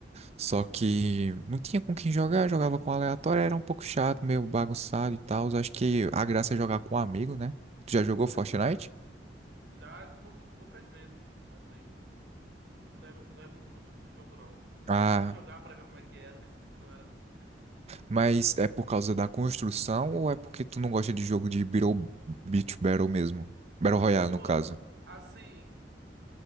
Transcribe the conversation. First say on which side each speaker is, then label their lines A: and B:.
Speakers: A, on the right; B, on the right.
A: Só que não tinha com quem jogar, jogava com aleatório, era um pouco chato, meio bagunçado e tal. Acho que a graça é jogar com um amigo, né? Tu já
B: Sim,
A: jogou Fortnite?
B: é paia mesmo. Já pouqui- poucas vezes, assim. Ainda não é, não é muito meu tipo de jogo, não. Eu,
A: Ah,
B: eu fui jogar pra ver como é que era e percebi que não era meu tipo de jogo.
A: mas é por causa da construção ou é porque tu não gosta de jogo de Beetle- Beat Battle mesmo? Battle Royale,
B: Pô,
A: no caso.
B: assim,